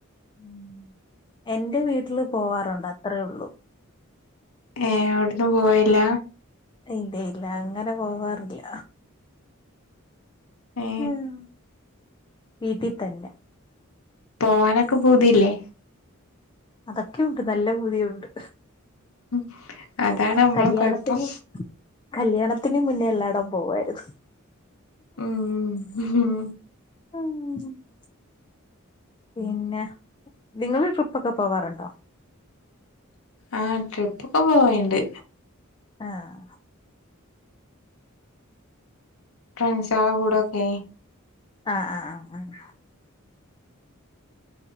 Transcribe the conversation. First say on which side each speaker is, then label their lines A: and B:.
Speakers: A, on the left; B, on the left.
A: ഉം എന്റെ വീട്ടില് പോവാറുണ്ട് അത്രേ ഒള്ളൂ
B: ഏ അവിട്ന്ന പോയില്ല
A: ഇല്ല ഇല്ല അങ്ങനെ പോവാറില്ല
B: ഏ
A: ഉം വിട്ടി തന്നെ
B: പോവാനൊക്കെ പൂതില്ലേ
A: അതൊക്കെ ഒണ്ട് നല്ല ബൂതിയുണ്ട്
B: ഉം അതാണ് നമ്മള്
A: കല്യാണത്തിന്
B: കൊഴ്പ്പം
A: കല്യാണത്തിന് മുന്നേ എല്ലാടം പോവാര്ന്നു
B: ഉം
A: ഉം പിന്നെ നിങ്ങള് ട്രിപ്പൊക്കെ പോവാറുണ്ടോ
B: ആഹ് ട്രിപ്പൊക്കെ പോവേണ്ട്
A: ആഹ്
B: ഫ്രണ്ട്സള കൂടെൊക്കെ
A: ആഹ് ആ ആ ആഹ്